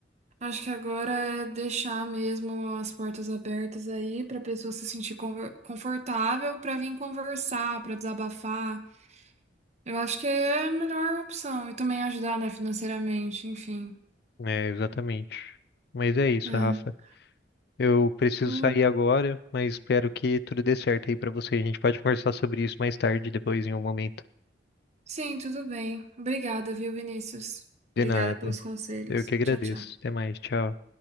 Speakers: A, on the right (about 40°); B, on the left (about 60°).
A: Acho que agora é deixar mesmo as portas abertas aí para a pessoa se sentir conver- confortável para vir conversar, para desabafar. Eu acho que é a melhor opção e também ajudar, né, financeiramente, enfim.
B: É, exatamente. Mas é isso,
A: É.
B: Rafa. Eu preciso
A: Hum,
B: sair agora, mas espero que tudo dê certo aí pra você. A gente pode conversar sobre isso mais tarde, depois em um momento.
A: Sim, tudo bem. Obrigada, viu, Vinícius?
B: De
A: Obrigada
B: nada.
A: pelos conselhos.
B: Eu que agradeço.
A: Tchau, tchau.
B: Até mais. Tchau.